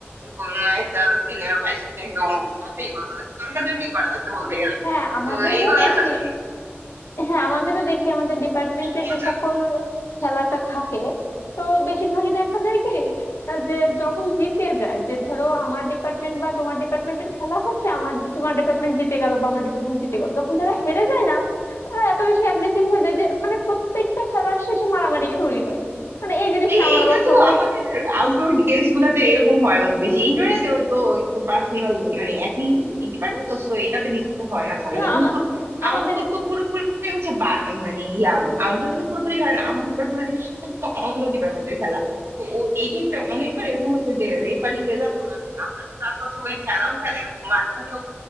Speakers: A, on the right; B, on the left.
A: কোন একটা সিনিয়র ভাইয়ের সাথে একদম কথাই বলা লাগতো তর্কাতর্কি করা লাগতো বলতে গেলে
B: হ্যাঁ আমাদেরও
A: তো এইগুলো
B: দেখি
A: আসলে
B: হ্যাঁ আমাদেরও দেখি আমাদের ডিপার্টমেন্টের
A: মজা
B: যে সকল খেলাটা থাকে তো বেশিরভাগই দেখা যায় কি আহ, যে যখন জিতে যায় যে ধরো আমার ডিপার্টমেন্ট বা তোমার ডিপার্টমেন্টের খেলা হচ্ছে আমার তোমার ডিপার্টমেন্ট জিতে গেল বা আমার ডিপার্টমেন্ট জিতে গেল যখন যারা হেরে যায় না তারা এত বেশি অ্যাগ্রেসিভ হয়ে যায় যে মানে প্রত্যেকটা খেলার শেষে মারামারি শুরুই হয় মানে এই জিনিসটা
A: এই
B: আমার
A: এইটা
B: আবার খুব
A: তো আমাদের আউটডোর গেমস গুলাতে এরকম হয় অনেক বেশি ইনডোরে তো তো একটু পার্সোনাল মানে একই ডিপার্টমেন্ট তো তো এটাতে বেশি তো হয় না ঝামেলা
B: না
A: কিন্তু
B: আমা- আমাদের
A: আউটডোর তো পুরোপুরি হচ্ছে বা- মানে ইয়া আউটডোরে তো পুরোপুরি ধরেন আমার ডিপার্টমেন্টের সাথে অন্য ডিপার্টমেন্টের খেলা তো ও এই ক্ষেত্রে অনেকবার এরকম হয়েছে যে রেফারি রেজাল্ট মানে না, প্লাস হচ্ছে ওই খেলাও খেলে না মাঝখানে